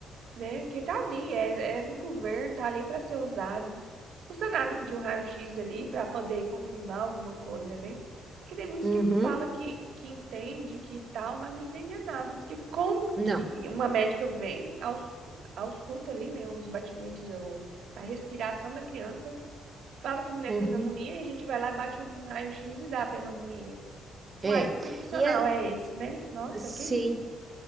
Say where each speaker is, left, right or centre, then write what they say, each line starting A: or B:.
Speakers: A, on the right; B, on the right.
A: né? Que tá ali, é, é do governo, tá ali para ser usado. Custa nada pedir um raio-x ali para poder confirmar alguma coisa, né? Porque tem muitos
B: Uhum,
A: que falam que, que entende, que tal, mas não entende nada. Porque como
B: não.
A: que uma médica vem, aos, ausculta ali, né, os batimentos ou a respiração da criança, fala que não é
B: Uhum,
A: pneumonia e a gente vai lá e bate um raio-x e dá a pneumonia.
B: é.
A: Uai, que profissional
B: E a-
A: é esse, né? Nossa,
B: sim.
A: que isso.